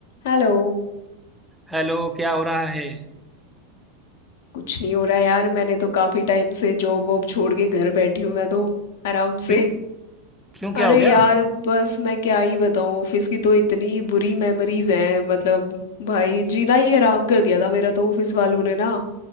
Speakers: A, on the left; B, in the centre.
A: Hello
B: Hello क्या हो रहा है
A: कुछ नहीं हो रहा यार मैंने तो काफी टाइम से जॉब वॉब छोड़ के घर बैठी हूँ मैं तो आराम
B: क्यों
A: से
B: क्यों
A: अरे
B: क्या हो गया
A: यार बस मैं क्या ही बताऊँ ऑफिस की तो इतनी बुरी मेमोरीज हैं मतलब भाई जीना ही हराम कर दिया था मेरा तो ऑफिस वालों ने ना